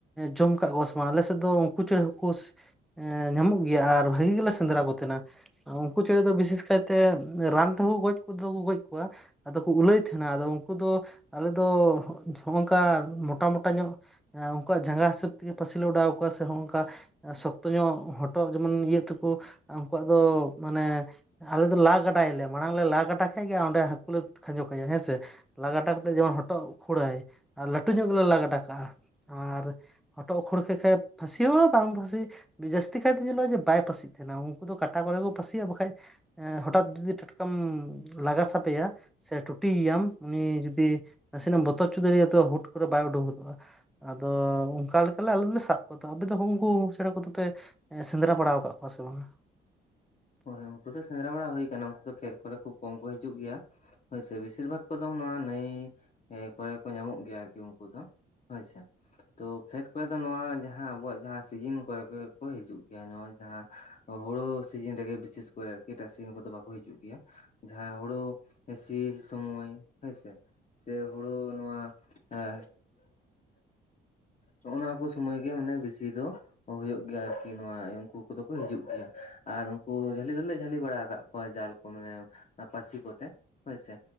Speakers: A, in the centre; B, on the left.
A: ᱡᱚᱢ ᱟᱠᱟᱟᱜ ᱠᱚᱣᱟ ᱥᱮ ᱵᱟᱝ ᱟᱞᱮᱥᱮᱫ ᱫᱚ ᱦᱠᱩ ᱪᱮᱬᱮ ᱦᱚᱸᱠᱩ ᱧᱟᱢᱚᱜ ᱜᱮᱭᱟ ᱟᱨ ᱵᱷᱟᱹᱜᱤ ᱜᱮᱞᱮ ᱥᱮᱸᱫᱽᱨᱟ ᱠᱚ ᱛᱟᱦᱮᱸᱱᱟ᱾ ᱩᱱᱠᱩ ᱪᱮᱬᱮ ᱫᱚ ᱵᱤᱥᱮᱥ ᱠᱟᱭᱛᱮ ᱨᱟᱱ ᱛᱮᱦᱚᱸ ᱜᱚᱡ ᱠᱚ ᱠᱚ ᱜᱚᱡ ᱠᱚᱣᱟ ᱟᱫᱚ ᱠᱚ ᱩᱞᱟᱹᱭ ᱛᱟᱦᱮᱱᱟ ᱟᱫᱚ ᱩᱱᱠᱩ ᱫᱚ ᱟᱞᱮ ᱫᱚ ᱱᱚᱜᱼᱝᱠᱟ ᱢᱳᱴᱟ ᱢᱚᱴᱟ ᱧᱚᱜ ᱩᱱᱠᱩᱣᱟᱜ ᱡᱟᱸᱜᱟ ᱦᱤᱥᱟᱹᱵ ᱛᱮᱜᱮ ᱯᱟᱹᱥᱤᱞ ᱞᱮ ᱚᱰᱟᱣ ᱟᱠᱣᱟ ᱥᱮ ᱚᱱᱠᱟ ᱥᱚᱠᱛᱚ ᱧᱚᱜ ᱦᱚᱴᱚᱜ ᱡᱮᱢᱚᱱ ᱤᱭ ᱛᱟᱠᱚ ᱩᱱᱠᱩᱣᱟᱜ ᱫᱚ ᱢᱟᱱᱮ ᱟᱞᱮ ᱫᱚ ᱞᱟ ᱜᱟᱰᱟᱭᱟᱞᱮ ᱢᱟᱲᱟᱝ ᱞᱮ ᱞᱟ ᱜᱟᱰᱟ ᱠᱷᱟ ᱜᱮ ᱚᱸᱰᱮ ᱦᱟᱹᱠᱩᱮ ᱠᱷᱟᱸᱡᱚ ᱠᱟᱭᱟ ᱦᱮᱸ ᱥᱮ᱾ ᱞᱟᱜᱟᱴᱟᱜ ᱫᱚ ᱡᱮᱢᱚᱱ ᱦᱚᱴᱚᱜ ᱠᱷᱟᱹᱲᱟᱹᱭ ᱟᱨ ᱞᱟᱹᱴᱩ ᱧᱚᱜ ᱜᱮᱞᱮ ᱞᱟ ᱜᱟᱰᱟ ᱠᱟᱜᱼᱟ᱾ ᱟᱨ ᱦᱚᱴᱚᱜ ᱠᱷᱩᱲ ᱛᱮᱠᱷᱟᱡ ᱯᱷᱟᱥᱤ ᱵᱟᱝ ᱯᱟᱹᱥᱤ ᱡᱟᱹᱥᱛᱤ ᱠᱟᱭᱛᱮ ᱧᱮᱞᱚᱜᱼᱟ ᱡᱮ ᱵᱟᱭ ᱯᱟᱹᱥᱤᱜ ᱛᱟᱦᱮᱱᱟ ᱩᱱᱠᱩ ᱫᱚ ᱠᱟᱴᱟ ᱠᱚᱨᱮ ᱠᱚ ᱯᱟᱹᱥᱤᱜᱼᱟ ᱵᱟᱠᱷᱟᱡ ᱦᱚᱴᱟᱛ ᱡᱩᱫᱤ ᱴᱟᱴᱠᱟᱢ ᱞᱟᱜᱟ ᱥᱟᱵᱮᱭᱟ ᱥᱮ ᱴᱩᱴᱤᱭᱮᱭᱟᱢ ᱩᱱᱤ ᱡᱩᱫᱤ ᱱᱟᱥᱮ ᱮᱢ ᱵᱚᱛᱚᱨ ᱦᱚᱪᱚ ᱫᱟᱲᱮᱭᱟᱜᱟᱭᱼᱟ ᱛᱚ ᱦᱩᱴ ᱠᱚᱨᱮ ᱵᱟᱭ ᱩᱰᱩᱠ ᱜᱚᱫᱚᱜᱼᱟ᱾ ᱟᱫᱚ ᱚᱱᱠᱟ ᱞᱮᱠᱟᱞᱮ ᱟᱞᱮ ᱫᱚ ᱞᱮ ᱥᱟᱵ ᱠᱚ ᱟᱯᱮ ᱫᱚ ᱩᱱᱠᱩ ᱪᱮᱬᱟ ᱠᱚᱫᱚᱯᱮ ᱥᱮᱸᱫᱽᱨᱟ ᱵᱟᱲᱟ ᱟᱠᱟᱫ ᱠᱚᱣᱟ ᱥᱮ ᱵᱟᱝᱟ?
B: ᱦᱳᱭ ᱩᱱᱠᱩ ᱫᱚ ᱥᱮᱸᱫᱽᱨᱟ ᱵᱟᱲᱟ ᱦᱩᱭ ᱟᱠᱟᱱᱟ ᱩᱱᱠᱩ ᱫᱚ ᱠᱷᱮᱛ ᱠᱚᱨᱮ ᱠᱷᱩᱵ ᱠᱚᱢ ᱠᱚ ᱦᱤᱡᱩᱜ ᱜᱮᱭᱟ᱾ ᱦᱳᱭᱥᱮ ᱵᱮᱥᱤᱨ ᱵᱷᱟᱜ ᱠᱚᱫᱚ ᱱᱚᱣᱟ ᱱᱟᱹᱭ ᱠᱚᱨᱮ ᱠᱚ ᱧᱟᱢᱚᱜ ᱜᱮᱭᱟ ᱟᱨᱠᱤ ᱩᱱᱠᱩ ᱫᱚ᱾ ᱦᱳᱭᱥᱮ ᱛᱚ ᱠᱷᱮᱛ ᱠᱚᱨᱮ ᱫᱚ ᱱᱚᱣᱟ ᱡᱟᱦᱟᱸ ᱟᱵᱚᱣᱟᱜ ᱡᱟᱦᱟᱸ ᱥᱤᱡᱤᱱ ᱠᱚᱨᱮ ᱠᱚ ᱦᱤᱡᱩᱜ ᱜᱮᱭᱟ ᱱᱚᱣᱟ ᱡᱟᱦᱟᱸ ᱦᱳᱲᱳ ᱥᱤᱡᱤᱱ ᱨᱮᱜᱮ ᱵᱤᱥᱮᱥ ᱠᱚᱨᱮ ᱟᱨᱠᱤ ᱮᱴᱟᱜ ᱥᱤᱡᱤᱱ ᱠᱚᱫᱚ ᱵᱟᱠᱚ ᱦᱤᱡᱩᱜ ᱜᱮᱭᱟ᱾ ᱡᱟᱦᱟᱸ ᱦᱩᱲᱩ ᱥᱤᱨ ᱥᱚᱢᱚᱭ ᱦᱳᱭᱥᱮ᱾ ᱥᱮ ᱦᱩᱲᱩ ᱱᱚᱣᱟ ᱮᱸ ᱱᱚᱜᱼ ᱱᱚᱣᱟ ᱠᱚ ᱥᱚᱢᱚᱭ ᱜᱮ ᱢᱟᱱᱮ ᱵᱮᱥᱤ ᱫᱚ ᱦᱩᱭᱩᱜ ᱜᱮᱭᱟ ᱟᱨᱠᱤ ᱱᱚᱶᱟ ᱩᱱᱠᱩ ᱠᱚᱫᱚ ᱠᱚ ᱦᱤᱡᱩᱜ ᱜᱮᱭᱟ ᱟᱨ ᱩᱱᱠᱩ ᱡᱷᱟᱹᱞᱤ ᱫᱚᱞᱮ ᱡᱷᱟᱹᱞᱤ ᱵᱟᱲᱟ ᱟᱠᱟᱫ ᱠᱚᱣᱟ ᱡᱟᱞ ᱠᱚ ᱢᱟᱱᱮ ᱯᱟᱹᱥᱤ ᱠᱚᱛᱮ ᱦᱳᱭᱥᱮ᱾